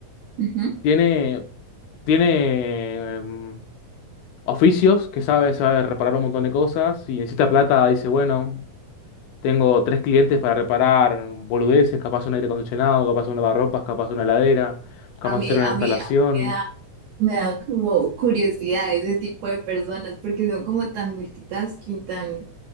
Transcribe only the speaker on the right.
Ujú.
A mí,
a
mí, a mí me da, me da como curiosidad ese tipo de personas porque son como tan multitasking, tan